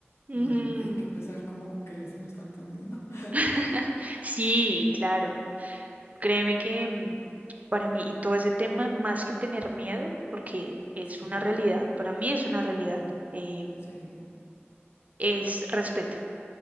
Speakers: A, on the right; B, on the left.
A: Mm.
B: Bueno, hay que empezar como crees en los fantasmas y no. <laughs>
A: <laughs> Sí, claro. Créeme que mm, para mí, y todo ese tema, más que tener miedo, porque es
B: Sí.
A: una realidad, para mí es una realidad,
B: Mm,
A: eh,
B: Sí,
A: es respeto.